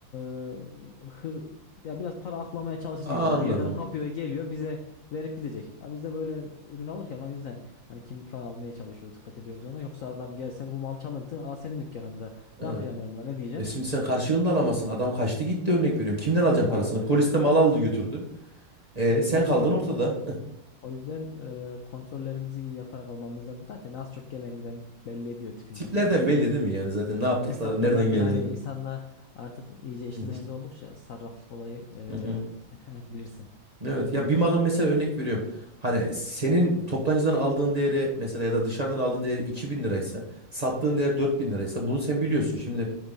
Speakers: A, on the left (about 70°); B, on the right (about 25°).
A: e, hır ya biraz para aklamaya çalışır
B: Anladım.
A: gibi böyle bir yerden kapıyor geliyor bize verip gidecek. Ya biz de böyle ürün alırken o yüzden hani kimlik falan almaya çalışıyoruz dikkat ediyoruz ona. Yoksa adam gelse bu mal çalıntı aa senin dükkanında
B: Evet.
A: ne yapacağım ben buna ne diyeceğim?
B: E şimdi sen karşılığını da alamazsın. Adam kaçtı gitti örnek veriyorum. Kimden alacaksın
A: Aynen
B: parasını?
A: öyle.
B: Polis de mal aldı götürdü. E sen
A: O sıkıntı.
B: kaldın ortada.
A: O yüzden e, kontrollerimizi iyi yaparak almamız lazım. Zaten az çok gelen giden belli ediyor tipinden
B: Tiplerden
A: ya esnaf.
B: belli değil mi yani zaten ne yaptıkları,
A: Esnaf
B: nereden
A: da zaten
B: geldiğini.
A: hani insanla artık iyice içli
B: Hı hı,
A: dışlı oldukça sarraflık olayı e,
B: hı hı.
A: <laughs> bilirsin.
B: Evet ya bir malın mesela örnek veriyorum. Hani senin toptancıdan aldığın değeri mesela ya da dışarıdan aldığın değeri 2000 liraysa sattığın değer 4000 liraysa bunu sen biliyorsun. Şimdi